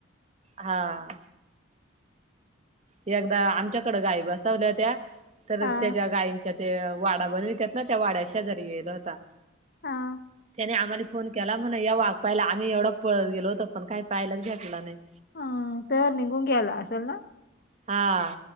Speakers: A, on the right; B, on the left.
A: हा. एकदा आमच्याकडे गाय बसवल्या त्या्या तर
B: हा
A: त्याच्या गाय त्याच्या ते वाडा बनवितात ना त्या वाड्या शा जरी गेला होता.
B: हा.
A: त्याने आम्हाला फोन केला म्हणा यग पाहिला आम्ही एवढं पळत गेलो होत पण काही पाहिलाच भेटला नाही.
B: हम तवर निघून घ्यायला असेल ना.
A: हा.